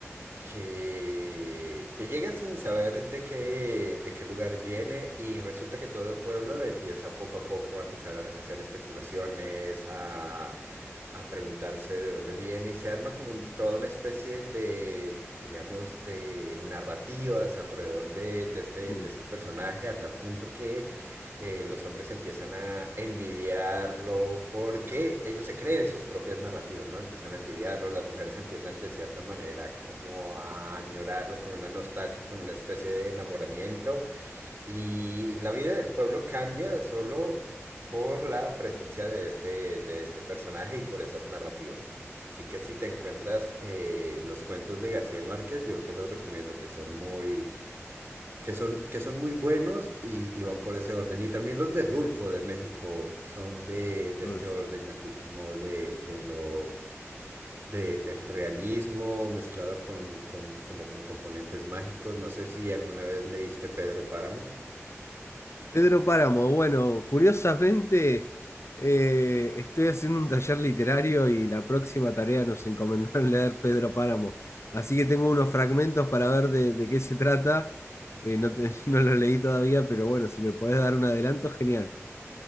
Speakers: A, on the right (about 45°); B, on the left (about 60°).
A: que, que llega sin saber de qué, de qué lugar viene y resulta que todo el pueblo empieza poco a poco a empezar a hacer especulaciones, a, a preguntarse de dónde viene y se arma como un- toda una especie de, digamos, de narrativas alrededor de, de este,
B: mm,
A: de este personaje a tal punto que eh, los hombres empiezan a envidiarlo porque ellos se creen sus propias narrativas, ¿no? Empiezan a envidiarlo, las mujeres empiezan de cierta manera como a añorarlo con una nostalgia, con una especie de enamoramiento y la vida del pueblo cambia solo por la presencia de este, de este personaje y por esas narrativas. Así que si te encuentras eh, los cuentos de García Márquez, yo te los recomiendo que son muy que son, que son muy buenos y, y van por ese orden. Y también los de Rulfo de México son de, de
B: Rodolfo.
A: este orden, así como de, de lo, de- del realismo mezclado con, con, como con componentes mágicos. No sé si alguna vez leíste Pedro Páramo.
B: Pedro Páramo, bueno, curiosamente eh, estoy haciendo un taller literario y la próxima tarea nos encomendaron <laughs> leer Pedro Páramo, así que tengo unos fragmentos para ver de, de qué se trata. Eh, no, te- <laughs> no lo leí todavía, pero bueno, si me podés dar un adelanto, genial.